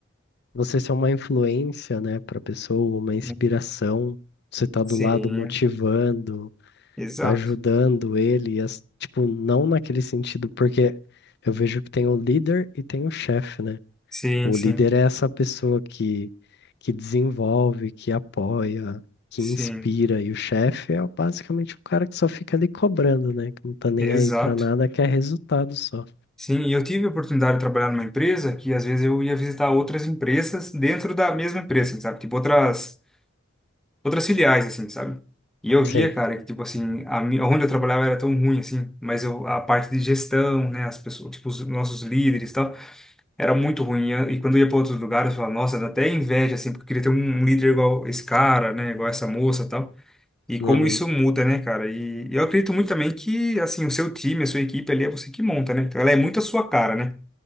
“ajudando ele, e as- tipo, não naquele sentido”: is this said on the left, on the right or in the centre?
Left